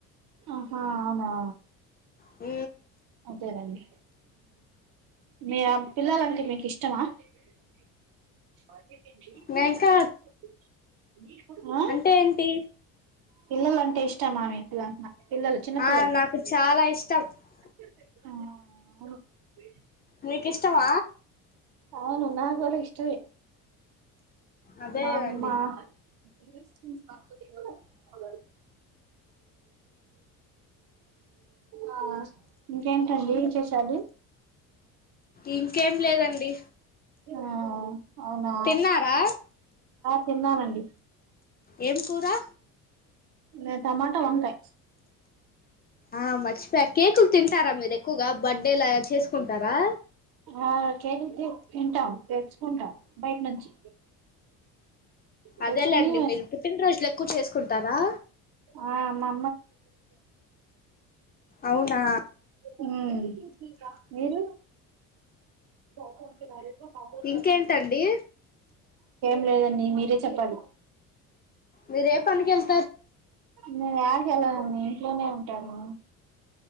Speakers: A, on the right; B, on the left.
A: ఆహా అవునా
B: ఉ
A: అదేనండి మీ పిల్లలంటే మీకు ఇష్టం ఇష్టవా చ <unintelligible>
B: నేను ఇంకా
A: ఆ
B: అంటే ఏంటి
A: పిల్లలు అంటే ఇష్టమా మీకు పిల్లలు చిన్న పిల్లలు
B: ఆ నాకు చాలా ఇష్టం కుత్త <unintelligible>
A: ఆ
B: మీకు ఇష్టమ
A: అవును నాకూడా ఇష్టవే
B: అదేనండి
A: మామా స్ <unintelligible> ఆ ఇంకేంటండి విశేషాలు
B: ఇంకేం లేదండి
A: ఆ అవునా
B: తిన్నారా
A: తిన్నానండి
B: ఏం కూరా
A: ఇ టమాటా వంకాయ
B: ఆ మర్చిపోయా కేకులు తి తంటారా మీరు ఎక్కువగా బర్త్డే లా చేసుకుంటారా
A: ఆ కేతే తింటాం తెచ్చుకుంటాం బయట నుంచి తెచ్చుకొని
B: అదేలేండి మీరు పుట్టినరోజుల ఎక్కువ చేసుకుంటారా
A: ఆ మా
B: అవునా
A: ఉమ్ మీర <unintelligible> బార
B: ఇంకేంటండి
A: <unintelligible> <inaudible> లేదండి మీరే చెప్పాలి
B: మీరే పనికిళ్
A: న ఎలా అండి ఇంట్లోనే ఉంటను